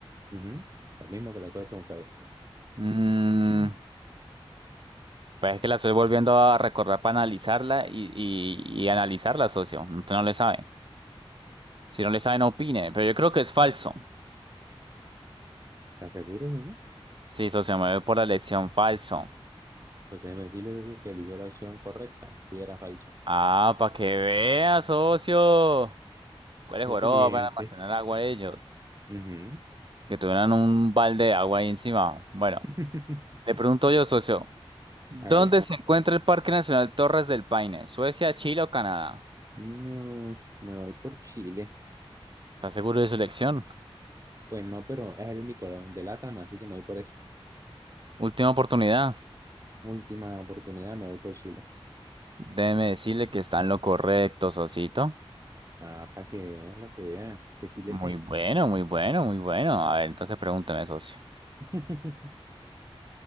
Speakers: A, on the right; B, on the right.
A: Ujú. Lo mismo que le acabo de preguntar.
B: Mmm.
A: Mm.
B: Pues es que la estoy volviendo a recordar para analizarla y, y, y analizarla, socio. no, Usted no le sabe. Si no le sabe, no opine. Pero yo creo que es falso.
A: ¿Está seguro, socio?
B: Sí, socio, me voy por la elección falso.
A: Pues déjeme decirle, socio, que eligió la opción correcta, sí era falso.
B: Ah, para que vea, socio. ¿Cuáles
A: Muy
B: joroba
A: inteligente.
B: para almacenar agua de ellos?
A: Ujú.
B: Que tuvieran un balde de agua ahí encima. Bueno,
A: <laughs>
B: le pregunto yo, socio. ¿Dónde
A: Hágale.
B: se encuentra el Parque Nacional Torres del Paine? ¿Suecia, Chile o Canadá?
A: No, me voy por Chile.
B: ¿Está seguro de su elección?
A: Pues no, pero es el único de LATAM, así que me voy por eso.
B: Última oportunidad.
A: Última oportunidad, me voy por Chile.
B: Déjeme decirle que está en lo correcto, socito.
A: Ah, para que vean, para que vean, que sí le
B: Muy
A: sé.
B: bueno, muy bueno, muy bueno. A ver, entonces pregúntame, socio.
A: <laughs>